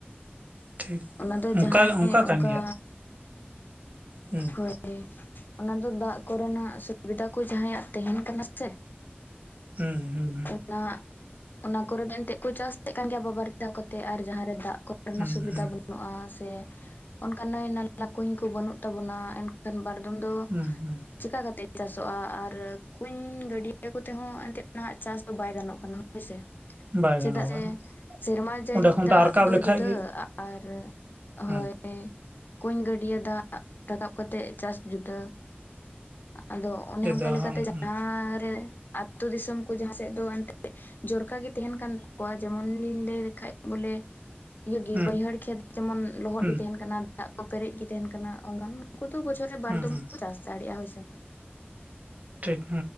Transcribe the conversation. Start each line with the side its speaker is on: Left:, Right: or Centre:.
Right: ᱴᱷᱤᱠ
Left: ᱚᱱᱟ ᱫᱚ
Right: ᱚᱱᱠᱟ
Left: ᱡᱟᱦᱟᱸᱭ ᱚᱱᱠᱟ
Right: ᱠᱟᱱ ᱜᱮᱭᱟ ᱦᱩᱸ
Left: ᱦᱳᱭ ᱚᱱᱟ ᱫᱚ ᱫᱟᱜ ᱠᱚᱨᱮᱱᱟᱜ ᱥᱩᱵᱤᱫᱟ ᱠᱚ ᱡᱟᱦᱟᱸᱭᱟᱜ ᱛᱟᱦᱮᱱ ᱠᱟᱱᱟ ᱥᱮ
Right: ᱦᱩᱸ ᱦᱩᱸ
Left: ᱚᱱᱟ ᱚᱱᱟ ᱠᱚᱨᱮ ᱫᱚ ᱮᱱᱛᱮᱜ ᱠᱚ ᱪᱟᱥᱮᱫ ᱠᱟᱱ ᱜᱮᱭᱟ ᱵᱟᱵᱟᱨᱷᱟ ᱠᱟᱛᱮ ᱟᱨ ᱡᱟᱦᱟᱸᱨᱮ ᱫᱟᱜ ᱠᱚ ᱨᱮᱱᱟᱜ
Right: ᱦᱩᱸ
Left: ᱥᱩᱵᱤᱫᱷᱟ
Right: ᱦᱩᱸ ᱦᱩᱸ
Left: ᱵᱟᱹᱱᱩᱜᱼᱟ ᱥᱮ ᱚᱱᱠᱟ ᱱᱟᱹᱭ ᱱᱟᱞᱟ ᱠᱩᱧ ᱠᱚ ᱵᱟᱹᱱᱩᱜ ᱛᱟᱵᱚᱱᱟ ᱠᱷᱟᱱ ᱵᱟᱨᱫᱚᱢ ᱫᱚ
Right: ᱦᱩᱸ ᱦᱩᱸ
Left: ᱪᱮᱠᱟ ᱠᱟᱛᱮᱫ ᱪᱟᱥᱚᱜᱼᱟ ᱟᱨ ᱠᱩᱧ ᱜᱟᱹᱰᱭᱟᱹ ᱠᱚᱛᱮ ᱦᱚᱸᱚᱸ ᱮᱱᱛᱮᱫ ᱱᱟᱦ ᱪᱟᱥ ᱫᱚ ᱵᱟᱭ ᱜᱟᱱᱚᱜ ᱠᱟᱱᱟ ᱦᱳᱭᱥᱮ
Right: ᱵᱟᱭ
Left: ᱪᱮᱫᱟᱜ
Right: ᱜᱟᱱᱚᱜᱼᱟ
Left: ᱥᱮ
Right: ᱵᱟᱝ
Left: ᱥᱮᱨᱢᱟ ᱡᱟᱹᱲᱤ
Right: ᱚᱸᱰᱮ ᱠᱷᱚᱱ
Left: ᱫᱟᱜ
Right: ᱨᱟᱠᱟᱵ
Left: ᱫᱚ
Right: ᱞᱮᱠᱷᱟᱡ
Left: ᱡᱩᱫᱟᱹ
Right: ᱜᱮ
Left: ᱟᱨ ᱦᱳᱭ
Right: ᱦᱩᱸ
Left: ᱠᱩᱧ ᱜᱟᱹᱰᱤᱭᱟ ᱫᱟᱜ ᱨᱟᱠᱟᱵ ᱠᱟᱛᱮᱫ ᱪᱟᱥ ᱡᱩᱫᱟᱹ ᱟᱫᱚ ᱚᱱᱮ
Right: ᱡᱮᱫᱟ
Left: ᱚᱱᱠᱟ ᱞᱮᱠᱟᱛᱮ
Right: ᱦᱚᱸ
Left: ᱡᱟᱦᱟᱸᱨᱮ
Right: ᱦᱩᱸ
Left: ᱟᱹᱛᱩ ᱫᱤᱥᱚᱢ ᱠᱚ ᱡᱟᱦᱟᱸ ᱥᱮᱫ ᱫᱚ ᱮᱱᱛᱮ ᱡᱚᱨᱠᱟ ᱜᱮ ᱛᱟᱦᱮᱱ ᱠᱟᱱ ᱛᱟᱠᱚᱣᱟ ᱡᱮᱢᱚᱱ ᱞᱤᱧ ᱞᱟᱹᱭ ᱞᱮᱠᱷᱟᱡ ᱵᱚᱞᱮ ᱤᱭ ᱜᱮ
Right: ᱦᱩᱸ
Left: ᱵᱟᱹᱭᱦᱟᱹᱲ ᱠᱷᱮᱛ ᱡᱮᱢᱚᱱ ᱞᱚᱦᱚᱫ
Right: ᱦᱩᱸ
Left: ᱜᱮ ᱛᱟᱦᱮᱱ ᱠᱟᱱᱟ ᱫᱟᱜ ᱠᱚ ᱯᱮᱨᱮᱡ ᱜᱮ ᱛᱟᱦᱮᱱ ᱠᱟᱱᱟ ᱚᱱᱠᱟᱱ ᱩᱱᱠᱩ ᱫᱚ ᱵᱚᱪᱷᱚᱨ ᱨᱮ ᱵᱟᱨ
Right: ᱦᱩᱸ
Left: ᱫᱚᱢ
Right: ᱦᱩᱸ
Left: ᱠᱚ ᱪᱟᱥ ᱫᱟᱲᱮᱭᱟᱜᱼᱟ ᱦᱳᱭᱥᱮ
Right: ᱴᱷᱤᱠ ᱦ